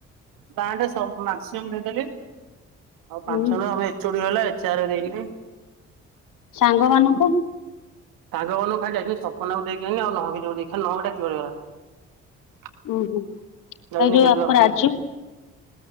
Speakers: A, on the right; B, on the left.
A: କାର୍ଡ ସବୁ ମ୍ୟାକ୍ସିମମ୍ ଦେଇଦେଲି ଆଉ ପାଞ୍ଚ
B: ହୁଁ
A: ଜଣ ଆମ ଏଚ ଓ ଡି ହେଲା ଏଚା ଆର ଦେଇନି।
B: ସାଙ୍ଗ ମାନଙ୍କୁ
A: ସାଙ୍ଗ ମାନଙ୍କୁ ଖାଲି ଯାଇଥିଲି ସପନା କୁ ଦେଇକି ଆଇଲି ଆଉ ନହକି କୁ ଯୋଉ ଦେଇଥାନ୍ତି ଖାଲି ନହକି ଟା ଥିବ ଯାହା। <unintelligible>
B: ହୁଁ ହୁଁ ଆଉ ଯୋଉ ଆକୁ ରାଜୁ